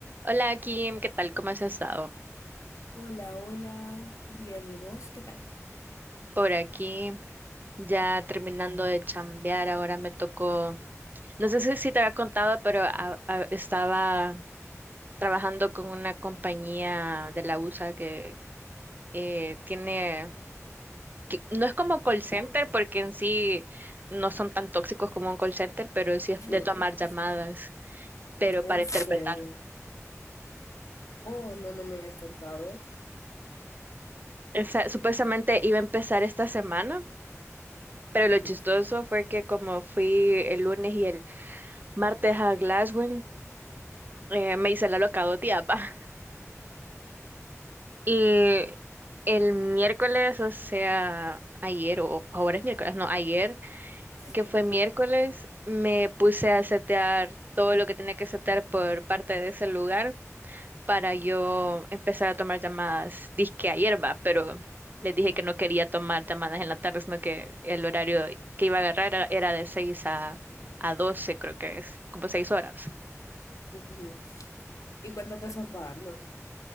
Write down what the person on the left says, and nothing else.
Hola, hola. Bien, ¿y vos qué tal?
<laughs>
En
serio.
Oh, no, no me habías contado.
Ujú,
Ayer.
ujú. Y cuéntate eso pagando.